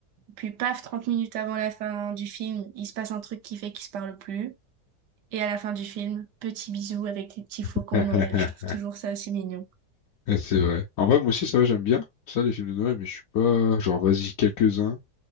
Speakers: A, on the right; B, on the left.
A: Puis, paf, 30 minutes avant la fin du film, il se passe un truc qui fait qu'ils se parlent plus. Et à la fin du film, petit bisou avec les petits flocons
B: <laughs>
A: de Noël. Je trouve toujours ça assez mignon.
B: Ouais, C'est vrai. En vrai, moi aussi, ça va, j'aime bien ça, les films de Noël, mais je suis pas, genre, vas-y, quelques-uns,